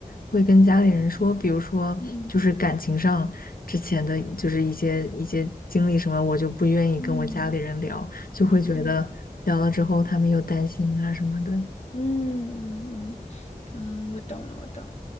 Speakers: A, on the left (about 75°); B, on the left (about 50°).
A: 会跟家里人说，比如说就是感情上之前的就是一些一些经历什么，
B: 嗯
A: 我就不愿意跟我家里人聊，
B: 嗯
A: 就会觉得聊了之后他们又担心啊什么的。
B: 然后嗯嗯嗯嗯，我懂了，我懂了。